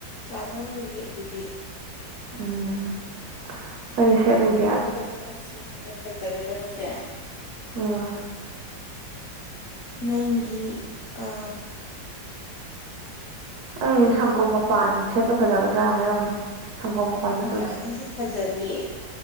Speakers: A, on the left; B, on the right.
A: ꯆꯥꯟꯅꯔꯨꯏꯌꯦ ꯑꯗꯨꯗꯤ꯫
B: ꯎꯝ꯫ ꯑꯩꯩ ꯁꯦꯂꯨꯒꯦ꯫
A: ꯑꯗꯨꯗ ꯅꯪꯅ ꯁꯦꯠꯄꯗ ꯐꯖꯒꯗꯕꯁꯦ꯫
B: ꯑꯣ꯫
A: ꯅꯪꯒꯤꯤ ꯑ꯫
B: ꯑꯩ
A: ꯎꯝ
B: ꯁꯪꯒꯣꯝ ꯃꯄꯥꯟ ꯁꯦꯠꯄ ꯐꯖꯒꯗ꯭ꯔꯥ ꯍꯥꯏꯔꯛꯎꯅꯦ꯫ ꯁꯪꯒꯣꯝ ꯃꯄꯥꯟ
A: ꯍꯣꯏ
B: ꯃꯆꯨꯗꯣ
A: ꯑꯗꯨꯁꯨ ꯐꯖꯅꯤꯌꯦ